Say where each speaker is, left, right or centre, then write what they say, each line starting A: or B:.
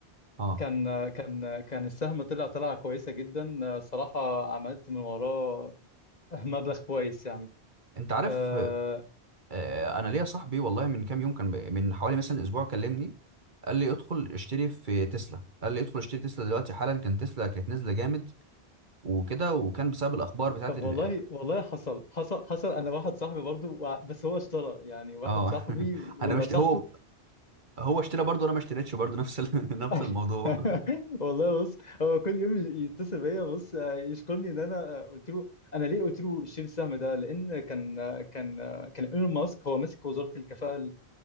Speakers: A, on the right (about 50°); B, on the left (about 40°).
A: اه
B: كان آه، كان آه، كان السهم طلع طلعه كويسه جدا آه، صراحه عملت من وراه مبلغ كويس يعني
A: انت عارف
B: آه،
A: آه انا ليا صاحبي والله من كام يوم كان ب- من حوالي مثلا اسبوع كلمني قال لي ادخل اشتري في تسلا قال لي ادخل اشتري تسلا دلوقتي حالا كان تسلا كانت نازله جامد وكده وكان بسبب الاخبار بتاعت
B: طب
A: ال...
B: والله والله حصل حصل حصل انا واحد صاحبي برضو وع- بس هو اشترى يعني واحد
A: اه
B: صاحبي
A: <laughs>
B: ونصحته
A: انا مش هو هو اشترى برضه انا ما اشتريتش برضه نفس ال... <laughs> نفس
B: <laughs>
A: الموضوع
B: والله بص هو كل يوم يتصل بيا بص آه، يشكرني ان انا آه، قلت له انا ليه قلت له اشتري السهم ده لان كان آه، كان آه، كان ايلون ماسك هو ماسك وزارة الكفاءة